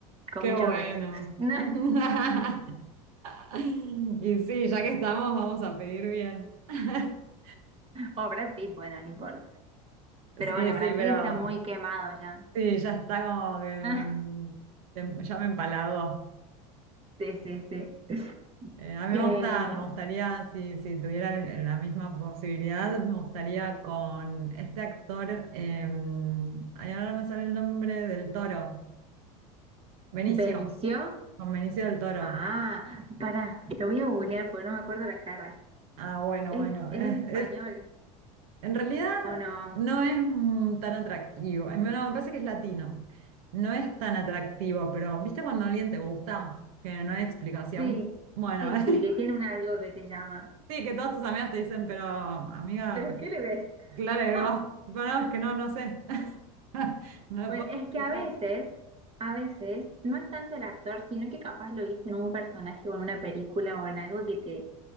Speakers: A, on the right; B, on the right.
A: Con
B: Qué
A: muchos
B: bueno.
A: besos. <laughs> No.
B: <laughs> <laughs> Y sí, ya que estamos, vamos a pedir bien. <laughs>
A: O Brad Pitt, bueno, no importa.
B: Sí,
A: Pero bueno,
B: sí,
A: Brad
B: pero
A: Pitt está muy quemado ya.
B: sí,
A: <laughs>
B: ya está como que mm,
A: Ah,
B: te- ya me empalagó.
A: Sí, sí, sí.
B: Eh, a mí
A: Eh,
B: me gusta, me gustaría, si, si tuviera el- la misma posibilidad, me gustaría con este actor, eh, ay, ahora no me sale el nombre del Toro, Benicio,
A: Benicio.
B: con Benicio del Toro.
A: Ah, para, lo voy a googlear porque no me acuerdo la cara.
B: Ah, bueno,
A: ¿Es,
B: bueno,
A: es español
B: es En realidad
A: o no?
B: no es mm, tan atractivo. En- No, me parece que es latino. No es tan atractivo, pero ¿viste cuando alguien te gusta? Que no hay explicación.
A: Sí,
B: Bueno,
A: sí, sí, que
B: <laughs>
A: tiene un algo que te llama.
B: sí, que todos tus amigos te dicen, pero amiga,
A: ¿Pero qué le ves?
B: claro que
A: <laughs>
B: vos, bueno, es que no, no sé. <laughs> No lo
A: Pues
B: puedo
A: es que
B: explicar.
A: a veces, a veces, no es tanto el actor, sino que capaz lo viste en un personaje o en una película o en algo que te,